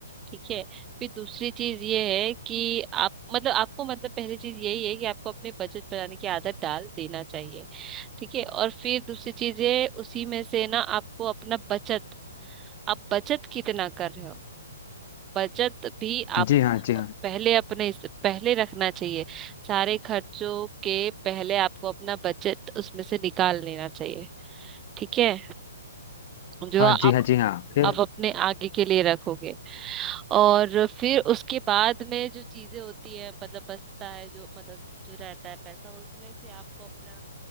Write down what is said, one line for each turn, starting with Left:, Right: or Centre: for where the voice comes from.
Right: ठीक है फिर दूसरी चीज ये है कि आप मतलब आपको मतलब पहली चीज यही है कि आपको अपनी बचत बढ़ाने की आदत डाल देना चाहिए ठीक है और फिर दूसरी चीज ये उसी में से ना आपको अपना बचत आप बचत कितना कर रहे हो बचत भी आपको
Left: जी हाँ जी हाँ
Right: पहले अपने इस- पहले रखना चाहिए सारे खर्चों के पहले आपको अपना बचत उसमें से निकाल लेना चाहिए ठीक है जो
Left: हाँ
Right: आप
Left: जी हाँ जी हाँ फिर
Right: आप अपने आगे के लिए रखोगे और फिर उसके बाद में जो चीजें होती है मतलब बचता है जो मतलब जो रहता है पैसा उसमें से आपको अपना